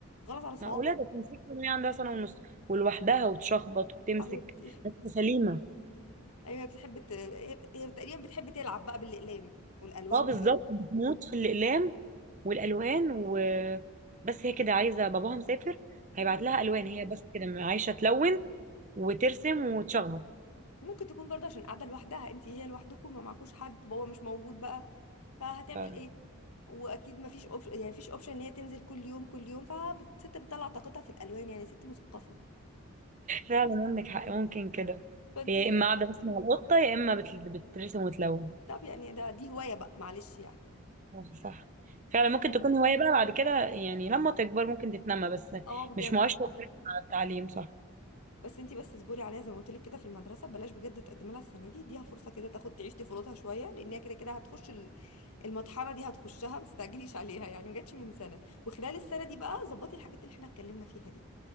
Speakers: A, on the left; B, on the right.
A: غلط على صوابعه
B: معقولة ده بتمسك من وهي عندها سنة ونص ولوحدها وتشخبط وبتمسك
A: <laughs> حبيبتي
B: بس سليمة
A: ايوه هي بتحب ت... هي... هي تقريبا بتحب تلعب بقى بالاقلام والالوان
B: اه
A: وكده
B: بالظبط بتموت في الأقلام والالوان و بس هي كده عايزه باباها مسافر
A: مم.
B: هيبعت لها الوان هي بس كده عايشه تلون وترسم وتشخبط
A: ممكن تكون برضه عشان قاعده لوحدها انت هي لوحدكم ما معكوش حد بابا مش موجود بقى فهتعمل
B: فعلا
A: ايه واكيد مفيش اوبشن يعني مفيش اوبشن ان هي تنزل كل يوم كل يوم فالست بتطلع طاقتها في الالوان يعني ست مثقفه
B: فعلا عندك حق ممكن كده
A: فانتي
B: هي يا اما
A: لا
B: قاعده بس مع القطه يا اما بت- بترسم وتلون
A: طب يعني ده دي هوايه بقى معلش يعني
B: صح صح. فعلا ممكن تكون هوايه بقى بعد كده يعني لما تكبر ممكن تتنمى بس
A: اه بجد
B: مش مؤشر كويس على التعليم صح
A: بس انتي بس اصبري عليها زي ما قلت لك كده في المدرسه بلاش بجد تقدمي لها السنه دي اديها فرصه كده تاخد تعيش طفولتها شويه لان هي كده كده هتخش ال- المطحنه دي هتخشها ما تستعجليش عليها يعني ما جاتش من سنه وخلال السنه دي بقى ظبطي الحاجات اللي احنا اتكلمنا فيها دي